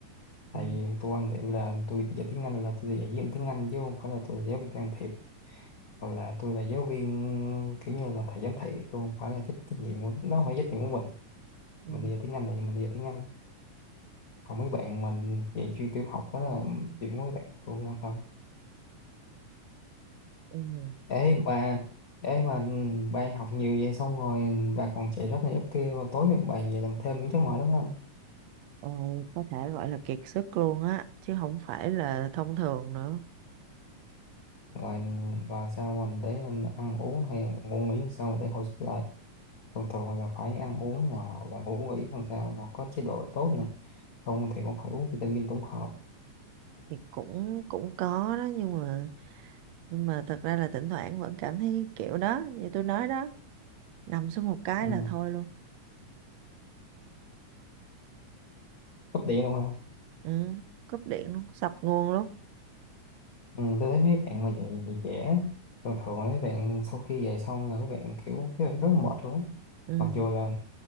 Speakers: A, on the left; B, on the right.
A: tại
B: Ừ.
A: vì tôi quan điểm là tôi dạy tiếng Anh là tôi dạy giáo viên tiếng Anh chứ không phải là tôi là giáo viên can thiệp hoặc là tôi là giáo viên kiểu như là thầy giám thị tôi không phải là trách, trách nhiệm của nó không phải trách nhiệm của mình
B: Ừ.
A: mình đi dạy tiếng Anh là mình đi dạy tiếng Anh còn mấy bạn mình dạy chuyên tiểu học đó là chuyện của mấy bạn tôi không quan tâm
B: Ừ.
A: ê bà ê bà bà học nhiều vậy xong rồi bà còn chạy job này job kia rồi tối bà về làm thêm những chắc mỏi lắm ha
B: Ờ, có thể gọi là kiệt sức luôn á chứ không phải là thông thường nữa
A: rồi và sao mình để ăn uống hay ngủ nghỉ làm sao mình để hồi sức lại thường thường là phải ăn uống là hoặc là ngủ nghỉ làm sao mà có chế độ tốt nữa không thì cũng phải uống vitamin tổng hợp
B: thì cũng cũng có đó nhưng mà nhưng mà thật ra là thỉnh thoảng vẫn cảm thấy kiểu đó như tôi nói đó nằm xuống một cái
A: ừ.
B: là thôi luôn
A: cấp điện luôn ha
B: ừ cúp điện luôn sập nguồn luôn
A: ừ, tôi thấy mấy bạn mà dậy dậy trễ thường thường là mấy bạn sau khi dậy xong là mấy bạn kiểu mấy bạn rất là mệt luôn á.
B: ừ
A: mặc dù là